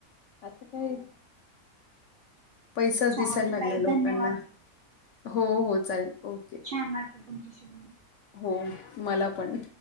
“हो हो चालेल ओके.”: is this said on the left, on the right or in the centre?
Left